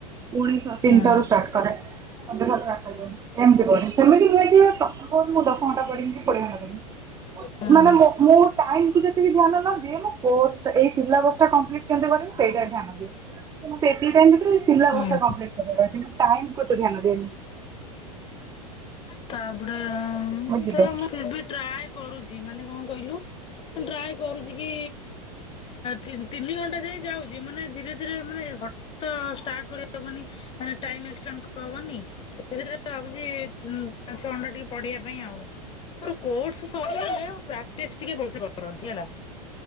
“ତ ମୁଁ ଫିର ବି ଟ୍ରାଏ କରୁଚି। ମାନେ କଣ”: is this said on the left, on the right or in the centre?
Left